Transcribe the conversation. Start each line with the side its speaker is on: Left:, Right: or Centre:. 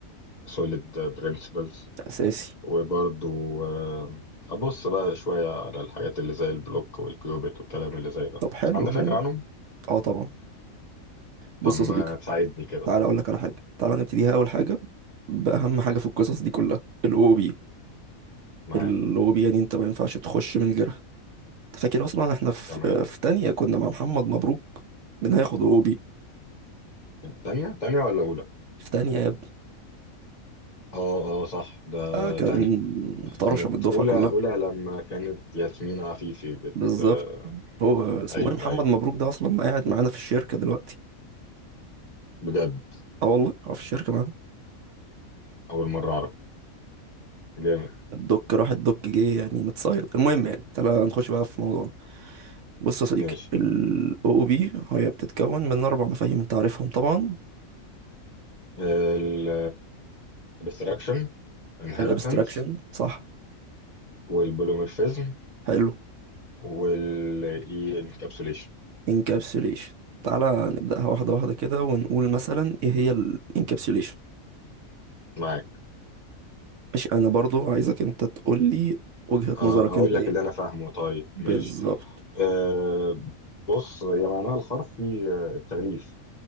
Left: سوليد برينسيبلز
Right: ده اساسي
Left: وبرضو آم، ابص بقى شوية على الحاجات اللي زي البلوك والكيوبيت والكلام اللي زي ده
Right: طب حلو
Left: عندك
Right: حلو
Left: فكرة عنهم؟
Right: اه طبعا بص
Left: طب ما
Right: يا صديقي
Left: تساعدني كده
Right: تعالى اقول لك على حاجه تعالى نبتديها اول حاجه باهم حاجه في القصص دي كلها الاو بي
Left: معاك
Right: الاو بي يعني انت ما ينفعش تخش من غيرها أنت فاكر اصلا احنا في
Left: تمام
Right: آه، في تانية كنا مع محمد مبروك بناخد OB
Left: تانية تانية ولا اولى؟
Right: في تانية يا ابني
Left: اه اه صح ده
Right: اه كان
Left: تانية
Right: طرشة
Left: كانت
Right: من الدفعة
Left: أولى
Right: كلها
Left: أولى لما كانت ياسمين عفيفي بت
Right: بالظبط
Left: آه،
Right: هو اسمه
Left: أيوه
Right: ايه محمد
Left: أيوه
Right: مبروك ده اصلا قاعد معانا في الشركة دلوقتي
Left: بجد
Right: اه والله هو في الشركة معانا
Left: أول مرة أعرف جامد
Right: الدك راح الدك جه يعني متصيد المهم يعني تعالى نخش بقى في موضوعنا بص يا صديقي
Left: ماشي
Right: ال OOP هي بتتكون من أربع مفاهيم أنت عارفهم طبعا
Left: ال abstraction inheritance
Right: ال Abstraction صح
Left: والبوليمورفيزم
Right: حلو
Left: وال encapsulation
Right: Encapsulation تعالى نبدأها واحدة واحدة كده ونقول مثلا إيه هي ال Encapsulation
Left: معاك
Right: مش أنا برضو عايزك أنت تقول لي وجهة
Left: آه،
Right: نظرك
Left: أقول
Right: أنت إيه؟
Left: لك اللي أنا فاهمه طيب
Right: بالظبط
Left: ماشي أه بص هي معناها الحرفي آه، التغليف